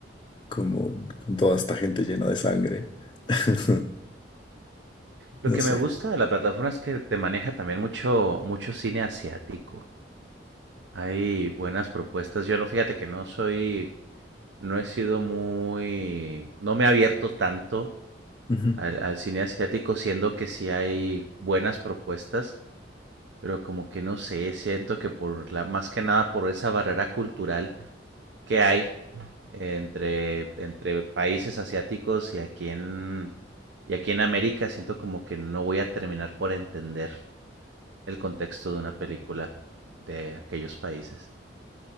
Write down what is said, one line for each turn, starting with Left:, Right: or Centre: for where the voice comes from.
Left: como con toda esta gente llena de sangre. <laughs>
Right: Lo que
Left: No
Right: me
Left: sé.
Right: gusta de la plataforma es que te maneja también mucho, mucho cine asiático. Hay buenas propuestas. Yo no, fíjate que no soy, no he sido muy, no me he abierto tanto
Left: Ujú.
Right: al, al cine asiático, siendo que sí hay buenas propuestas, pero como que no sé, siento que por la, más que nada por esa barrera cultural que hay entre, entre países asiáticos y aquí en y aquí en América siento como que no voy a terminar por entender el contexto de una película de aquellos países.